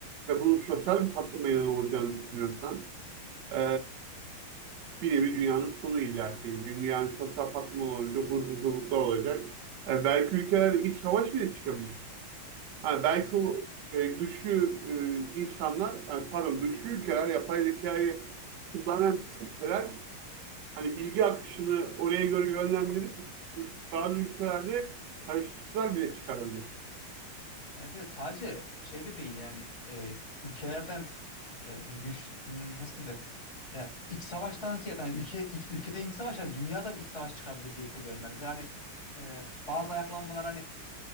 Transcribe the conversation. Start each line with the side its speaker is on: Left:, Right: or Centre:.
Right: ve bunun sosyal bir patlamaya yol olacağını düşünüyorsan e, bir nevi dünyanın sonu illaki. Dünyanın sosyal patlama olunca huzursuzluklar olacak. E, belki ülkeler iç savaş bile çıkabilir. Ha, belki
Left: Kesinlikle.
Right: o e, güçlü e, insanlar, yani pardon güçlü ülkeler, yapay zekayı kullanan ülkeler hani bilgi akışını oraya göre yönlendirip bazı ülkelerde karışıklıklar bile çıkarabilir.
Left: Evet evet sadece şeyde değil yani e, ülkelerden e, hani güç hmm, nasıl denir E, iç savaştan ziyade hani ülke iç, ülkede iç savaş hani dünyada bir iç savaş çıkabilir diye hissediyorum ben. Mesela hani e, bazı ayaklanmalar hani